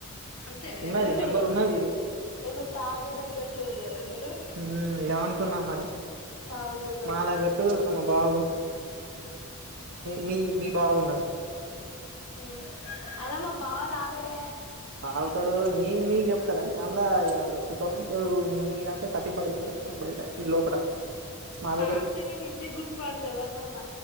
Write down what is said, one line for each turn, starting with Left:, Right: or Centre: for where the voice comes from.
Left: అంతేనా
Right: ఉన్నది
Left: కూడా
Right: నెంబర్
Left: ఉందా
Right: ఉన్నది
Left: ఓహో తాగే దగ్గర క్లోజ్ అయ్యారా మీరు
Right: మ్ ఎనుకున్నావ్ మరే
Left: తాగుబోతోళ్ళు
Right: మాల కట్టు ఇగ మ బావకు మీ మీ బావున్నాడు
Left: మ్ అదే మ బావ తాగడే
Right: తాగుతడు ని నీక్ చెప్తడ అందా ఇగ తుప్ గప్పులు మీదంటే కట్టి పడేత్తరు అంట బయట చి లోపట మా
Left: తగుతే
Right: దగ్గర
Left: నిన్ ఇజిగ గుర్తుపడుత ఎవర్నన్న